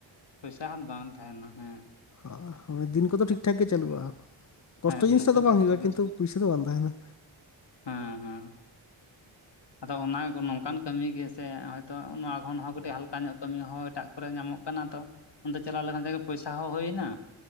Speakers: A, on the left; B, on the left.
A: ᱯᱚᱭᱥᱟ ᱦᱟᱛ ᱵᱟᱝ ᱛᱟᱦᱮᱱᱟ ᱦᱮᱸ
B: ᱟᱪᱪᱷᱟ। ᱫᱤᱱ ᱠᱚᱫᱚ ᱴᱷᱤᱠᱴᱷᱟᱠ ᱜᱮ ᱪᱟᱹᱞᱩᱜᱼᱟ। ᱠᱚᱥᱴᱚ
A: ᱦᱮᱸ ᱫᱤᱱ
B: ᱡᱤᱱᱤᱥᱴᱟᱜ
A: ᱠᱚᱫᱚ
B: ᱫᱚ ᱵᱟᱝ
A: ᱴᱷᱤᱠ
B: ᱦᱩᱭᱩᱜᱼᱟ
A: ᱴᱷᱟᱠ
B: ᱠᱤᱱᱛᱩ ᱯᱩᱭᱥᱟᱹ ᱫᱚ ᱵᱟᱝ ᱛᱟᱦᱮᱱᱟ।
A: ᱦᱩᱸᱻ ᱦᱩᱸᱻ᱾ ᱟᱫᱚ ᱚᱱᱟ ᱱᱚᱝᱠᱟᱱ ᱠᱟᱹᱢᱤ ᱜᱮ ᱥᱮ ᱦᱚᱭᱛᱚ ᱱᱚᱣᱟ ᱠᱷᱚᱱ ᱦᱚᱸ ᱠᱟᱹᱴᱤᱡ ᱦᱟᱞᱠᱟ ᱧᱚᱜ ᱠᱟᱹᱢᱤ ᱦᱚᱸ ᱮᱴᱟᱜ ᱠᱚᱨᱮ ᱧᱟᱢᱚᱜ ᱠᱟᱱᱟ ᱛᱚ, ᱚᱱᱛᱮ ᱪᱟᱞᱟᱣ ᱞᱮᱠᱷᱟᱱ ᱡᱟᱜᱮ ᱯᱚᱭᱥᱟ ᱦᱚᱸ ᱦᱩᱭᱱᱟ